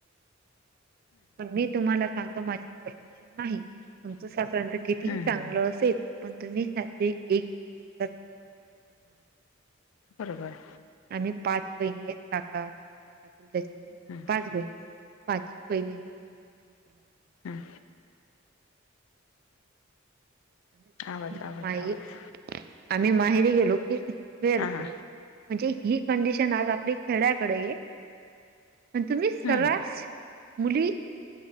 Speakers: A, on the right; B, on the left.
A: <inaudible> पण मी तुम्हाला सांगतो माझी परमिशन नाही. तुमचं सासऱ्याचं कितीही
B: हम्म
A: चांगलं असेल, पण तुम्ही साधी एक <unintelligible>
B: बरोबर.
A: आम्ही पाच बहिणी आहेत काका- काका चुलत्याच्या
B: ह्म.
A: पाच बहिणी, पाच बहिणींना आम्हाला <unintelligible>
B: हं.
A: <unintelligible>
B: आवाज आवाज आवाज
A: आम्ही माहेरी गेलो की वेअर
B: हा
A: कर
B: हा
A: म्हणजे ही कंडिशन आज आपली खेड्याकडे ये अन तुम्ही सरास
B: हम्म
A: मुली